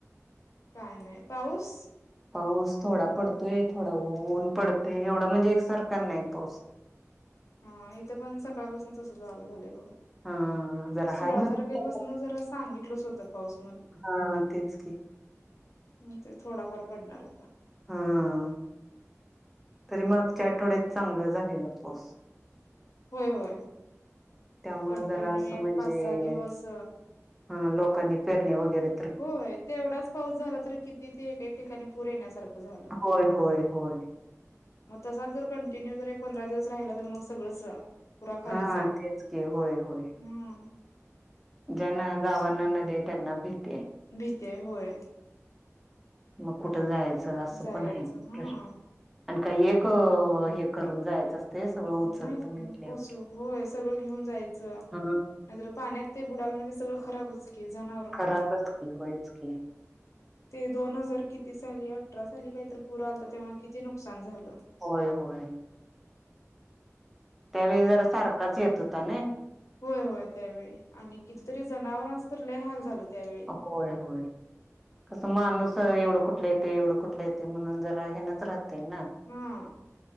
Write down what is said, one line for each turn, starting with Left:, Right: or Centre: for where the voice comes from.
Left: कायं नाहीं पाऊस
Centre: पाऊस थोडां पडतोय थोडां ऊंन पडतंय एवढां म्हणजे एकसांरखा नाहीं पाऊस
Left: हां इथं पणं सकाळंपासून तसंच चालूं झालंय बघां
Centre: हा जरा
Left: सोळा
Centre: हाय म्हणते
Left: तारखेपासूंन जरां सांगितलं चं होतं पाऊस
Centre: हां तेचं की,
Left: मी तरं थोडांफार पडणांर होतां-
Centre: हां तरी मागच्यां आठवड्यांत चांगलं झालेला पाऊस
Left: होय होय
Centre: त्यांमुळं
Left: कंटिन्यू
Centre: जरां असं
Left: एक
Centre: म्हणजे
Left: पाच सहा दिवस
Centre: हां लोकांनी पेरणी वैगेरें
Left: होयं ते एवढांच पाऊस झालां तरं किती ते एक एक ठिकांणी पूंर येण्यांसारखं झालं
Centre: होयं होयं होयं
Left: मंग तसांच जरं कंटिन्यू जरं एक पंधरा दिवसं राहिला तरं मंग सगळंच पुरा खालीच
Centre: हां
Left: आहे
Centre: तेचं की होयं होयं
Left: हम्म
Centre: ज्यांना गावांना नदी आहे त्यांना भीती आहे.
Left: भीती हांय होयं
Centre: मंग कुठं जायचं असं
Left: जायचं
Centre: पणं आहे नां
Left: हा
Centre: प्रश्न आणि कांहीं एक हे करूंन जायचं असते सगळं उचलत
Left: नाहीं
Centre: म्हटल्यावर
Left: ओसूं होयं सगळं घेऊंन जायचं नाहींतरं
Centre: हा
Left: पाण्यांत ते बुडालं म्हणजे सगळं खरांबचं की जनावरं म्हणां
Centre: खराबच की होयच की
Left: ते दोन हजांर किती साली अठरा साली कांहींतरी पुरं आलतां तेव्हां किती नुकसांन झालंत.
Centre: होयं होयं त्यांवेळी जरां सारखांच येतं होतां नये
Left: होयं होयं त्यांवेळी आणि कितीतरी जनावरांच तरं लंय हालं झालं त्यांवेळी
Centre: होयं होयं कसं माणूंस एवढं कुठलं येते एवढं कुठले येते म्हणूंन जरां हेनांच राहतेय नां
Left: हां